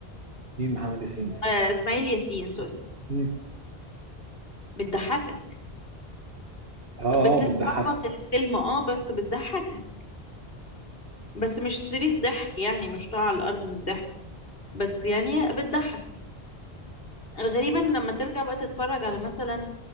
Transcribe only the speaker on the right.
مين محمد ياسين ده؟
مم.
اه
اه بتضحك